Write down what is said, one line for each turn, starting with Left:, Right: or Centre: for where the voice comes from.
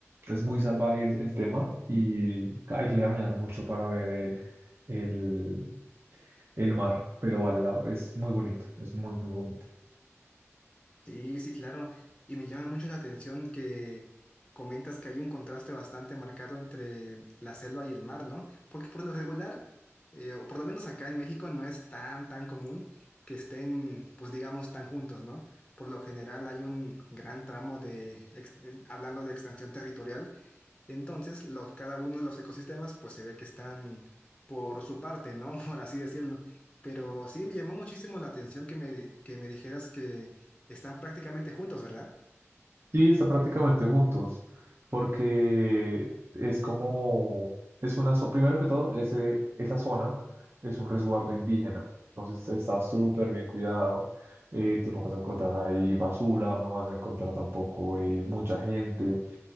Right: Es muy salvaje el, el tema y hay que caminar mucho para ver el, el, el mar, pero al lado. Es muy bonito, es muy, muy bonito.
Left: Sí, sí, claro. Y me llama mucho la atención que comentas que hay un contraste bastante marcado entre la selva y el mar, ¿no? Porque por lo regular, eh, o por lo menos acá en México, no es tan, tan común que estén, pues digamos, tan juntos, ¿no? Por lo general hay un gran tramo de, ex- eh, hablando de extensión territorial, entonces, los, cada uno de los ecosistemas, pues se ve que están por su parte, ¿no? <laughs> Por así decirlo. Pero sí, me llamó muchísimo la atención que me, que me dijeras que están prácticamente juntos, ¿verdad?
Right: Sí, están prácticamente juntos, porque es como, es una, zo- primero que todo, ese, esa zona es un resguardo indígena, entonces está súper bien cuidado, eh, tú no vas a encontrar ahí basura, no vas a encontrar tampoco eh, mucha gente,